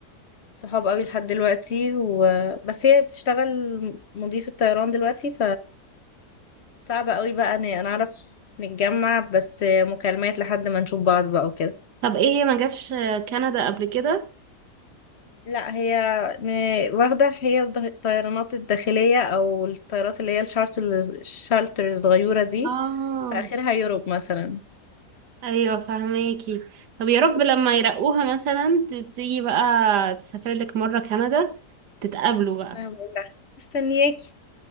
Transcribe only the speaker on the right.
طب ايه هي ما جاتش آه، كندا قبل كده
اه
ايوه فهماكي طب يا رب لما يرقوها مثلا ت- تيجي بقى تسافر لك مره كندا تتقابلوا بقى